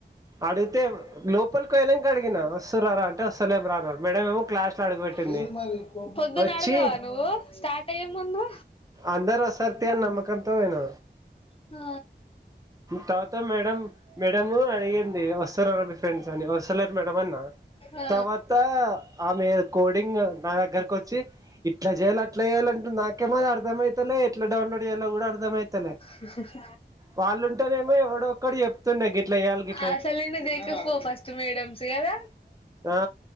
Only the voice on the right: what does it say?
అడిగితే మ్ లోపలికి వోయినంక అడిగిన వస్తుర్రారా అంటే అస్తాలేం రా అ. మేడము క్లాస్ లా అడుగువేట్టింది
ఓచ్చి.
అందరూ సత్యాని నమ్మకంతో వేయిన.
తవాత మేడం మేడము అడిగింది ఓస్తరా మీ ఫ్రెండ్స్ అని ఓస్. అత్తలేరు మేడ అన్న
తవాత ఆమే కోడింగ్ నా దగ్గరకు కోచ్చి. ఇట్లా జేయాలా అట్లా యేయాలంటే నాకేమో అర్ధం అయితలే ఎట్లా డౌన్లోడ్ యేయాలో గూడా అర్ధం ఐతలే.
వాళ్ళుంటేనేమో ఎవడొక్కడు యేప్తుండే గిట్లా యేయాలి గి.
ఆ